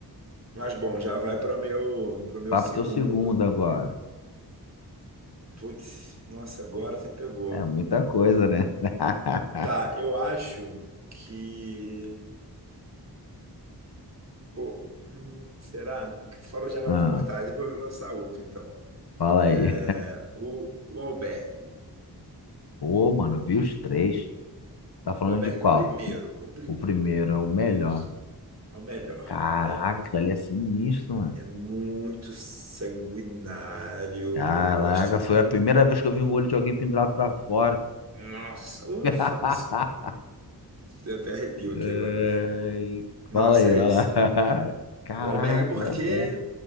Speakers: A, on the right (about 40°); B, on the left (about 70°).
A: mas bom, já vai para meu, pro meu
B: Vá
A: segundo.
B: pro teu segundo agora.
A: Putz, nossa, agora você me pegou.
B: É muita coisa, né? <laughs>
A: Tá, eu acho que. Pô, hum, será? Você falou já Jogos
B: Ah,
A: Mortais, eu vou lançar outro então.
B: fala
A: É,
B: aí.
A: o, o Albergue.
B: Pô, mano, vi os três. Tá falando
A: O Albergue,
B: de qual?
A: é o primeiro. O primeiro,
B: O primeiro
A: cara. O
B: é o
A: primeiro
B: melhor.
A: é o melhor.
B: Caraca,
A: É,
B: aquilo ali é sinistro, mano.
A: é muito sanguinário.
B: Caraca,
A: Eu gosto.
B: foi a primeira vez que eu vi um olho de alguém pendurado pra fora.
A: Nossa, ufa,
B: <laughs>
A: ufa, deu até arrepio aqui
B: Ai,
A: agora. Nossa,
B: Fala aí,
A: é
B: vai
A: esse.
B: lá. <laughs> Caraca,
A: O Albergue, porque
B: o Alberto.